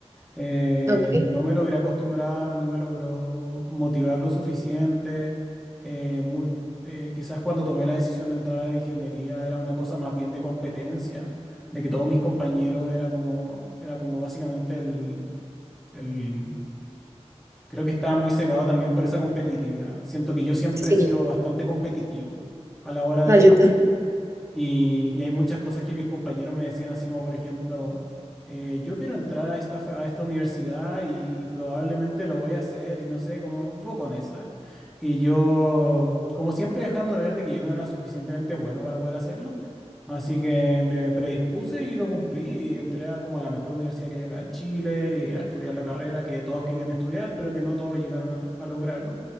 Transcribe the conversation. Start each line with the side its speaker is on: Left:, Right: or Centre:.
Centre: Eh,
Right: Ok,
Centre: no me logré acostumbrar, no me logró motivar lo suficiente. eh, mu- eh, quizás cuando tomé la decisión de entrar a la ingeniería era una cosa más bien de competencia, de que todos mis compañeros era como, era como básicamente el, el- Creo que estaba muy cegado también por esa competitividad. Siento que yo siempre
Right: sí.
Centre: he sido bastante competitivo a la hora de
Right: Ah, yo también.
Centre: y, y hay muchas cosas que mis compañeros me decían, así como por ejemplo, eh, yo quiero entrar a esta, fa- a esta universidad y, y probablemente lo voy a hacer y no sé, como bocones, ¿sabes? Y yo, como siempre, dejando de ver de que yo no era suficientemente bueno para poder hacerlo, así que me predispuse y lo cumplí y entré a como a la mejor universidad que hay acá en Chile y a estudiar la carrera que todos querían estudiar, pero que no todos llegaron a, a lograrlo.